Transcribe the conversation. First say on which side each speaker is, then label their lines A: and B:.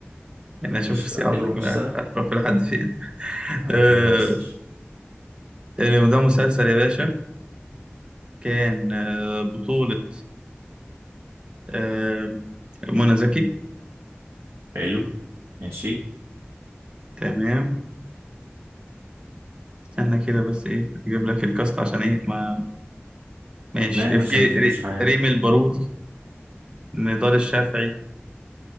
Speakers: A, on the right; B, on the right.
A: يعني اشوف
B: مش
A: صياعتك
B: حلو
A: بقى
B: مش سهل
A: هتروح لحد فين <laughs>
B: ربنا يستر
A: إيه ده مسلسل يا باشا كان آه، بطولة آه، منى زكي
B: حلو ماشي
A: تمام استنى كده بس ايه اجيب لك الكاست عشان ايه ما ماشي
B: لا يا باشا
A: في
B: عيش
A: ري-
B: عيش حياتك
A: ريم البارودي نضال الشافعي